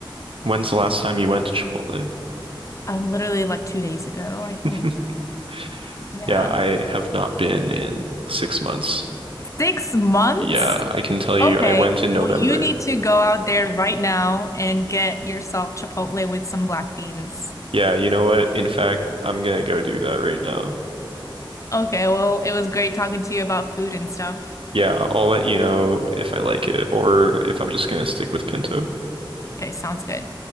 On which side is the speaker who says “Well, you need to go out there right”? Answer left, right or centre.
Left